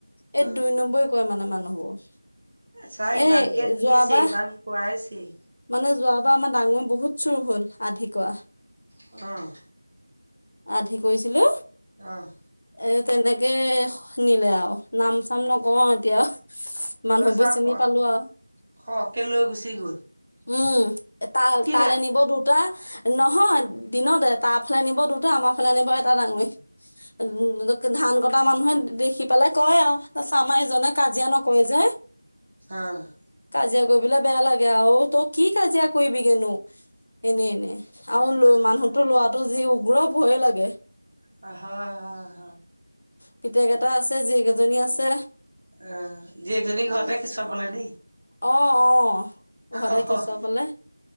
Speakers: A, on the left; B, on the right.
A: এই,
B: অ
A: দুই নম্বৰী কৰে মানে, মানুহবোৰ।
B: চা ইমানকে
A: এ
B: দিছেই,
A: যোৱাবাৰ
B: ইমান খুৱাইছেই!
A: মানে, যোৱাবাৰ আমাৰ, ডাঙৰী বহুত চুৰ হ'ল আধি কৰা।
B: অ'!
A: আধি কৰিছিলোঁ।
B: অ'!
A: এ, তেনেকে নিলে আৰু নাম-চাম নকওঁ আৰু এতিয়া। মানুহবোৰ
B: <unintelligible> সৰহকে
A: চিনি পালো আৰু
B: লৈ গুচি গ'ল।
A: উম! তাল,
B: কি
A: তালে
B: ৰাত
A: নিব দুটা। নহয়! দিনতে। তাৰ ফালে নিব দুটা, আমাৰ ফালে নিব এটা ডাঙৰী। <unintelligible> ধান কটা মানুহে, দেখি পালে কয় আৰু! তাৰপাছত, আমাৰ এইজনে কাজিয়া নকৰে যে।
B: অ'!
A: কাজিয়া কৰিবলে বেয়া লাগে আৰু! তই কি কাজিয়া কৰিবিগেনো! এনে, এনে। আৰু
B: আহ
A: <unintelligible> মানুহতো লোৱাটো যি উগ্ৰ, ভয়ে লাগে!
B: হয়, হয়, হয়!
A: পিতেক এটা আছে, জীয়েক এজনী আছে।
B: অ' জীয়েকজনী
A: <unintelligible>
B: ঘৰতে কেঁচুৱাপালে নি?
A: অ' অ'! ঘৰত
B: অ'
A: কেঁচুৱা পালে।